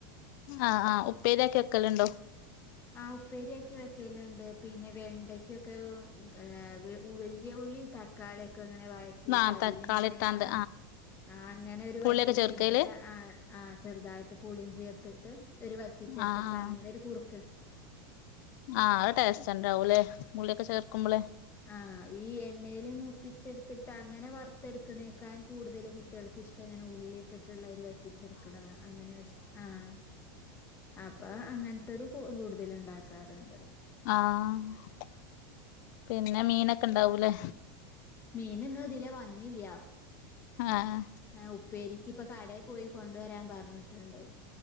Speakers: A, on the left; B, on the left.
A: ആഹ്, ആഹ് ഉപ്പേരിയാക്കി വെക്കല്ണ്ടോ?
B: ആഹ്, ഉപ്പേരിയാക്കി വെക്കല്ണ്ട്. പിന്നെ വെണ്ടയ്ക്കൊക്കെ ആഹ് വെല്യാ ഉള്ളീം തക്കാളിം ക്കങ്ങനെ വഴറ്റിട്ട്
A: ആഹ്
B: അതിലിങ്ങനെ,
A: തക്കാളി ഇട്ടാണ്ട്
B: ആഹ് അങ്ങെനൊരു
A: പുളിയൊക്കെ
B: വറ്റിച്ചെടുത്തിട്ട്
A: ചേർക്കയില്
B: ആഹ് ആഹ് ചെറുതായിട്ട് പുളീം ചേർത്തിട്ട്, ഒര് വറ്റിച്ചെടുത്തിട്ട്
A: ആഹ്
B: അങ്ങനെരു കുറു
A: ആഹ് ല്അത് ടേസ്റ്റ്ണ്ടാവൂലെ, പുളിയൊക്കെ ചേർക്കുമ്പള്
B: ആഹ് ഈ എണ്ണയില് മൂപ്പിച്ചെടുത്തിട്ടങ്ങെനെ വറുത്തെടുക്ക്‌ണേക്കായും കൂടുതല് കുട്ടിയേൾക്കിഷ്ട്ടം ഇങ്ങനെ ഉള്ളിട്ടിട്ട്ള്ളരു വ റ്റിച്ചെടുക്ക്‌ണതാ അങ്ങെനെ, ആഹ് അപ്പം അങ്ങൻത്തത് കൊ കൊട് തലിണ്ടാക്കാറ്ണ്ട്.
A: ആഹ് പിന്നെ മീനൊക്കെ ഇണ്ടാവൂലേ?
B: മീനിന്ന് ഇതിലെ വന്നില്ല.
A: ആഹ്
B: ഏഹ് ഉപ്പേരി ക്കിപ്പൊ കടേ പോയി കൊണ്ട് വരാൻ പറഞ്ഞിട്ട്ണ്ട്.